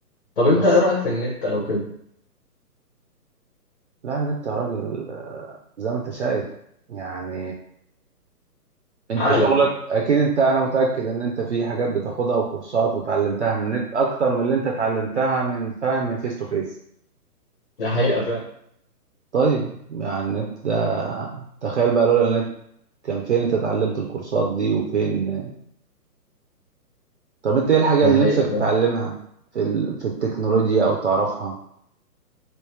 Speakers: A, on the left; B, on the right.
A: طب انت
B: بس
A: ايه رايك في النت او كده
B: لا النت يا راجل آه، زي ما انت شايف يعني انت
A: عالم
B: شغلك اكيد انت انا متأكد ان انت في حاجات بتاخدها وكورسات وتعلمتها من النت اكتر من اللي انت اتعلمتها من فاهم من فيس تو فيس
A: ده حقيقه فعلا
B: طيب يعني النت ده تخيل بقى لولا النت كان فين انت اتعلمت الكورسات دي وفين طب انت ايه الحاجة
A: ده
B: اللي
A: حقيقه
B: نفسك تتعلمها
A: فعلا
B: في ال... في التكنولوجيا او تعرفها